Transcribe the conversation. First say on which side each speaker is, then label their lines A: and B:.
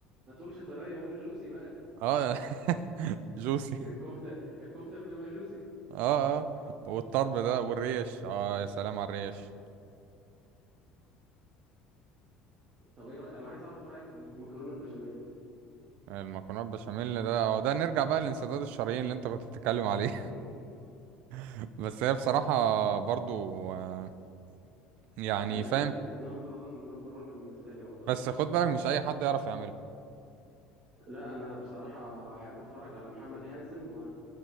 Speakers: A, on the right; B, on the right.
A: ما تقولش طريه قول جوسي بقى
B: اه <laughs> جوسي
A: الكفته الكفته بتبقى جوسي
B: اه اه والطرب ده والريش اه يا سلام على الريش
A: طب ايه رأي... انا عايز اعرف رايك في المكرونه البشاميل
B: المكرونه البشاميل ده اه ده نرجع بقى للانسداد الشرايين اللي انت كنت بتتكلم عليه
A: <laughs>
B: <laughs> بس هي بصراحه برضو آه، يعني
A: انا
B: فاهم
A: دي, دي نمبر 1 نمبر 1 بالنسبه لي والله
B: بس خد بالك مش اي حد يعرف يعملها
A: لا انا بصراحه احب اتفرج على محمد حازم و